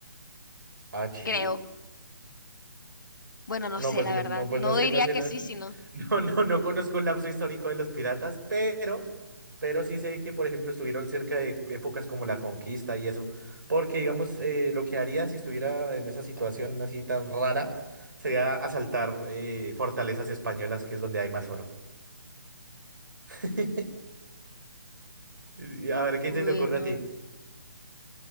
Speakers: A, on the right; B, on the left.
A: Ah, sí.
B: creo. Bueno, no
A: No,
B: sé,
A: pues
B: la
A: me-
B: verdad.
A: no, pues
B: No
A: no sé,
B: diría
A: no sé,
B: que
A: no,
B: sí,
A: <laughs>
B: sino.
A: no, no, no conozco el lapso histórico de los piratas, pero, pero sí sé que, por ejemplo, estuvieron cerca de épocas como la conquista y eso, porque, digamos, eh, lo que haría si estuviera en esa situación así tan rara sería asaltar eh, fortalezas españolas, que es donde hay más oro. <laughs> Y A ver, ¿qué
B: Uy,
A: se te ocurre
B: no.
A: a ti?